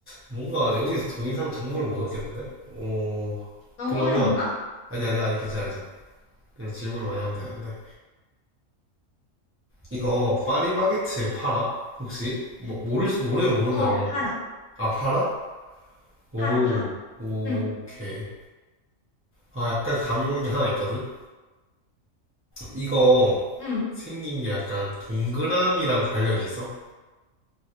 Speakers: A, on the right (about 15°); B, on the left (about 75°).
A: 뭔가 여기서 더 이상 정보를 못 얻겠는데? 어,
B: 너무
A: 그러면
B: 어려운가?
A: 아니 아니 아니 괜찮아 괜찮아. 그냥 질문을 많이 하면 되는데 이거 파리바게트에 팔아? 혹시? 뭐 모를 수- 모르면 모른다
B: 어,
A: 그냥.
B: 파라.
A: 아 팔아? 오,
B: 파라, 파라.
A: 오케이.
B: 응,
A: 아 약간 감이 오는 게 하나 있거든. 이거
B: 응,
A: 생긴 게 약간 동그라미랑 관련이 있어?